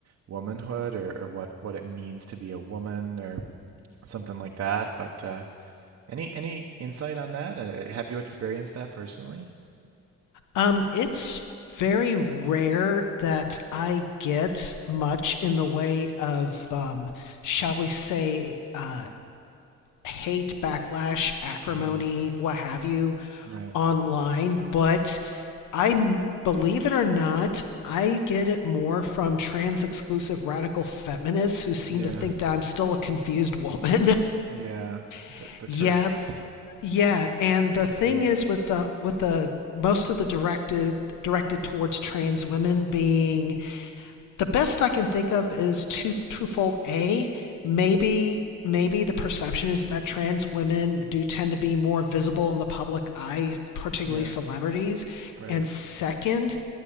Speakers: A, on the right; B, on the left.
A: womanhood or, or what, what it means to be a woman or something like that. But uh, any any insight on that? Uh, have you experienced that personally?
B: Um it's very rare that I get much in the way of um shall we say uh hate, backlash, acrimony,
A: hmm
B: what have you
A: Right.
B: online, but I believe it or not, I get it more from trans exclusive radical feminists who seem
A: Yeah.
B: to think that I'm still a confused woman.
A: Yeah.
B: <laughs>
A: The the
B: yeah,
A: turfs.
B: yeah, and the thing
A: Yeah.
B: is with the with the most of the directed directed towards trans women being the best I can think of is two, twofold. A, maybe maybe the perception is that trans women do tend to be more visible in the public eye, particularly
A: Yeah.
B: celebrities.
A: Right.
B: And second,
A: <laughs>